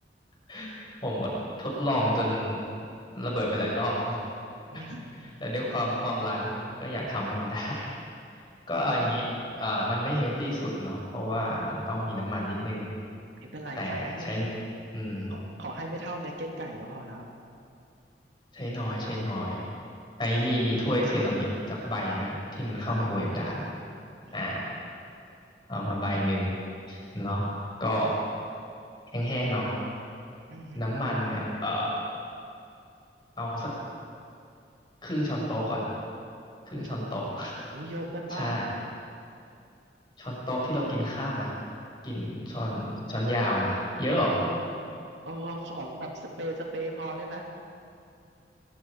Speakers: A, on the left; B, on the right.
A: <laughs> ผมก็ทดลองจนระเบิดไปหลายรอบเหมือนกัน <laughs>
B: อืม
A: แต่ด้วยความความรั้นไงก็อยากทำให้มันได้ <laughs> ก็เอาอย่างนี้เอ่อมันไม่เฮลตี้สุดเนาะเพราะว่ามันต้องมีน้ำมันนิดนึง
B: ไม่เป็นไรขอให้ไม่
A: แต่ใช้อืม
B: ขอขอให้ไม่เท่านักเก็ตไก่ก็พอแล้ว
A: ใช้น้อยใช้น้อยอันนี้มีมีถ้วยเซรามิกสักใบไหมครับที่มันเข้าไมโครเวฟได้
B: มีมี
A: อ่าเอามาใบหนึ่งเนาะก็แห้งๆเนาะ
B: อืมอืม
A: น้ำมันเนี่ยเอ่อเอาสัก ครึ่งช้อนโต๊ะก่อนครึ่งช้อนโต๊ะ
B: ครึ่งช้อนโต๊ะ
A: <laughs>
B: อู้เยอะไปเปล่า
A: ใช่ช้อนโต๊ะที่เรากินข้าวนะกินช้อนช้อนยาวนะเยอะเหรอ
B: เออเออขอแบบสเปรย์สเปรย์พอได้ไหม